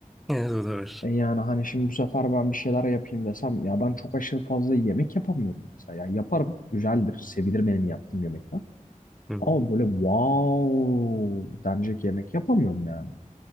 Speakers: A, in the centre; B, on the left.
A: Evet o da var.
B: E yani hani şimdi bu sefer ben bir şeyler yapayım desem ya ben çok aşırı fazla yemek yapamıyorum mesela. Ya yaparım güzeldir sevilir benim yaptığım yemekler
A: Hı hı.
B: ama böyle wow denecek yemek yapamıyorum yani.